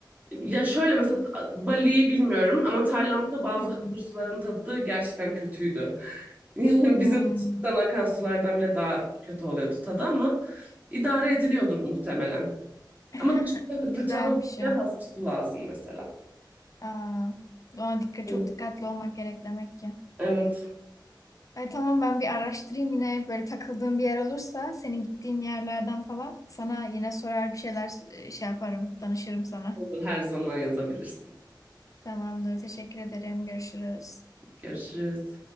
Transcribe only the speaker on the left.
Hmm.
Hmm.
<laughs>
Güzelmiş
ya.
Aa, ona dikkat,
çok dikkatli olmak gerek demek ki.
Ay, tamam ben bir araştırayım yine böyle takıldığım bir yer olursa senin gittiğin yerlerden falan sana yine sorar bir şeyler e, şey yaparım danışırım sana.
Tamamdır teşekkür ederim görüşürüz.